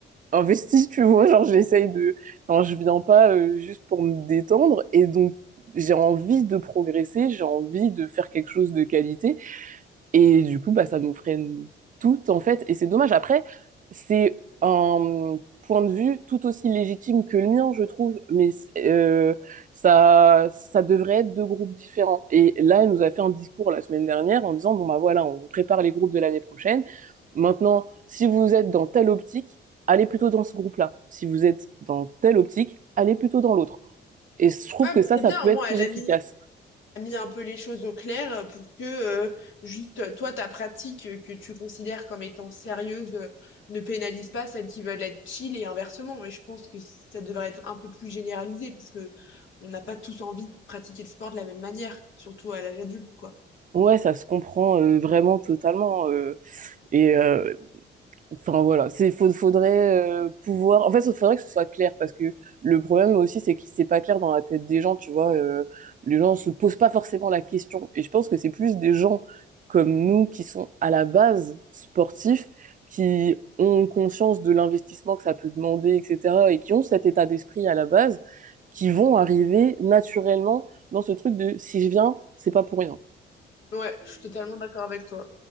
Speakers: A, on the right; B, on the left.
A: investi, tu vois. Genre, j'essaye de. Enfin, je viens pas euh, juste pour me détendre. Et donc, j'ai envie de progresser, j'ai envie de faire quelque chose de qualité. Et du coup, bah, ça nous freine toutes, en fait. Et c'est dommage. Après, c'est un point de vue tout aussi légitime que le mien, je trouve. Mais euh, ça, ça devrait être deux groupes différents. Et là, elle nous a fait un discours la semaine dernière en disant, bon, bah voilà, on prépare les groupes de l'année prochaine. Maintenant, si vous êtes dans telle optique, allez plutôt dans ce groupe-là. Si vous êtes dans telle optique, allez plutôt dans l'autre. Et je trouve
B: Ouais,
A: que
B: bah,
A: ça,
B: c'était
A: ça
B: bien,
A: peut
B: au
A: être
B: moins,
A: plus
B: elle a
A: efficace.
B: mis, elle a mis un peu les choses au clair euh, pour que euh, juste euh, toi, ta pratique euh, que tu considères comme étant sérieuse euh, ne pénalise pas celles qui veulent être chill et inversement. Mais je pense que ça devrait être un peu plus généralisé parce que on n'a pas tous envie de pratiquer le sport de la même manière, surtout à l'âge adulte, quoi.
A: Ouais, ça se comprend euh, vraiment totalement. euh, et euh, Enfin voilà, c'est faut- faudrait euh, pouvoir. En fait, il faudrait que ce soit clair parce que le problème aussi, c'est que c'est pas clair dans la tête des gens. Tu vois, euh, les gens se posent pas forcément la question. Et je pense que c'est plus des gens comme nous qui sont à la base sportifs, qui ont conscience de l'investissement que ça peut demander, etc., et qui ont cet état d'esprit à la base, qui vont arriver naturellement dans ce truc de si je viens, c'est pas pour rien
B: Ouais, je suis totalement d'accord avec toi.